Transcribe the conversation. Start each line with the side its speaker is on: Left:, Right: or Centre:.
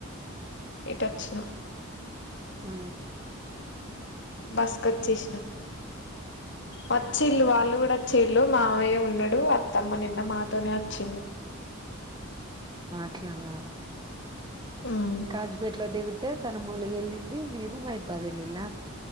Left: ఇటు వచ్చినం
Right: ఊ
Left: బస్ కొచ్చేసిన వచ్చేల్ళు వాళ్ళు కూడా వచ్చేళ్ళు మావయ్య ఉన్నాడు త్తమ్మ నిన్న మాతోనే వచ్చింది
Right: అట్లాగ
Left: ఉమ్
Right: కాచపెట్లో దిగు తే తను మూలగెల్లింది మీరు మైబాధ్ ఎల్లిల